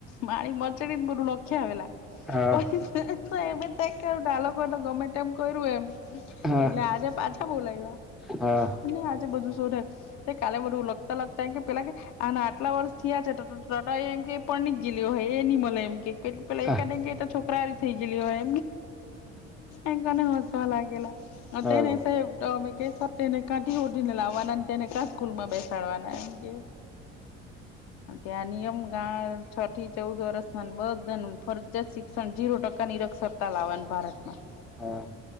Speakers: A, on the left; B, in the centre.
A: માળી મચેડીને બધુ લખીયાવેલા
B: હા
A: પણ તો એમે થાય કે આ લોકો તો ગમે એમ કર્યું એમ
B: હા
A: એટલે આજે પાછા બોલાવ્યા
B: હા.
A: ને આજે બધું સોઢે કાલે બધું લખતા લખતા કે પેલા કેય આના આટલા વર્ષ થયા છે તો એમ કે પરણી ગયેલો હે એની મલે એમ કેય. પેલા
B: હા
A: એકાદને છોકરા થઈ ગયેલી હોય એમ કને હસવા લાગે. <unintelligible>
B: હા
A: તમે કહેશો તેને કાંથી હોધીને લાવવાના તેને કા સ્કૂલમાં બેસાડવાના એમ કે અને ત્યાં નિયમ ગાળ છ થી ચૌદ વર્ષ બધા ફરજિયાત શિ જીરો ટકા નીરક્ષરતા લાવવાનુ ભારતમાં.
B: હા.